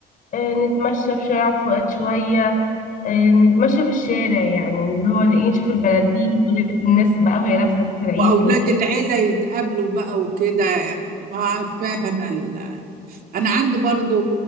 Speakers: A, on the left (about 55°); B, on the right (about 60°).
A: آه، نتمشى في شارع فؤاد شوية آه، نتمشى في الشارع يعني اللي هو إيه، نشوف البلالين والناس بقى وهي لابسة لبس العيد
B: واولاد
A: والكلام
B: العيله يتقابلوا بقى وكده اه عارفاها انا ال... انا عندي برضو